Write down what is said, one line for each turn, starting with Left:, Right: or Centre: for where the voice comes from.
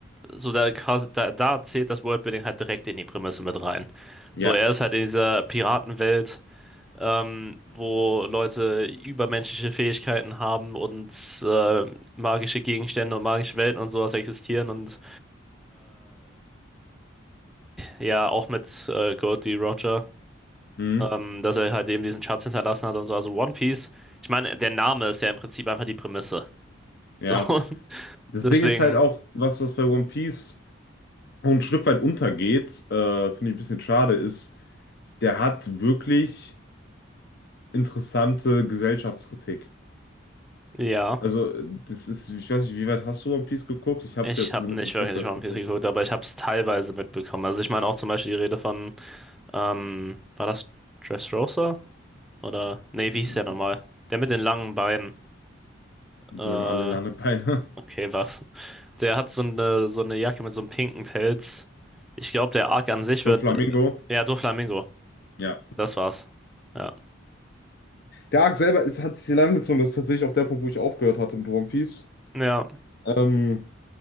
Centre: so da quasi, da, da zählt das Worldbuilding halt direkt in die Prämisse mit rein.
Left: ja,
Centre: So, er ist halt in dieser Piratenwelt ähm, wo Leute übermenschliche Fähigkeiten haben und äh, magische Gegenstände und magische Welten und sowas existieren und ja, auch mit äh, Goldie Roger,
Left: hm,
Centre: ähm, dass er halt eben diesen Schatz hinterlassen hat und so, also One Piece. Ich meine, der Name ist ja im Prinzip einfach die Prämisse.
Left: ja.
Centre: So, <laughs>
Left: Das
Centre: deswegen,
Left: Ding ist halt auch, was, was bei One Piece auch ein Stück weit untergeht, äh, finde ich ein bisschen schade, ist, der hat wirklich interessante Gesellschaftskritik.
Centre: ja.
Left: Also, das ist, ich weiß nicht, wie weit hast du One Piece geguckt? Ich habe
Centre: Ich
Left: es ja zumindest
Centre: habe nicht
Left: ein Stück
Centre: wirklich
Left: weit
Centre: One
Left: geguckt.
Centre: Piece geguckt, aber ich habe es teilweise mitbekommen. Also ich meine auch zum Beispiel die Rede von, ähm, war das Dressrosa? Oder, nee,
Left: Äh,
Centre: wie hieß der nochmal? Der mit den langen Beinen.
Left: Die
Centre: Äh,
Left: haben alle lange Beine.
Centre: Okay, was? Der hat so eine, so eine Jacke mit so einem pinken Pelz. Ich glaube, der Arc an sich
Left: <laughs>
Centre: wird.
Left: Doflamingo.
Centre: Ja, Doflamingo.
Left: Ja.
Centre: Das war's. Ja.
Left: Der Arc selber ist, hat sich hier lang gezogen. Das ist tatsächlich auch der Punkt, wo ich aufgehört hatte mit One Piece.
Centre: Ja,
Left: Ähm,